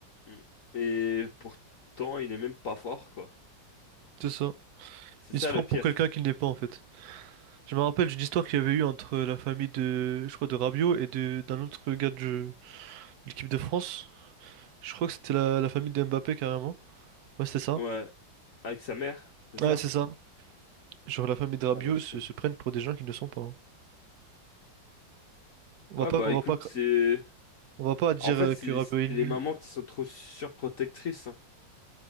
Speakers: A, on the left (about 50°); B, on the right (about 65°).
A: Mm. Et pourtant, il est même pas fort, quoi.
B: C'est ça.
A: C'est
B: Il
A: ça
B: se prend
A: le pire.
B: pour quelqu'un qu'il n'est pas en fait. Je me rappelle d'une histoire qu'il y avait eu entre la famille de, je crois, de Rabiot et de d'un autre gars de l'équipe de France. Je crois que c'était la, la famille de Mbappé carrément. Ouais, c'est ça.
A: Ouais, avec sa mère, c'est ça?
B: Ouais, c'est ça. Genre la famille de Rabiot
A: Ah ouais, je
B: se,
A: connais.
B: se prennent pour des gens qui ne sont pas. hein. On va
A: Ah
B: pas,
A: bah
B: on va
A: écoute,
B: pas, cra-
A: c'est...
B: on va pas dire
A: En fait,
B: euh,
A: c'est
B: que Rabiot
A: c'est
B: est nul.
A: les mamans qui sont trop surprotectrices. hein.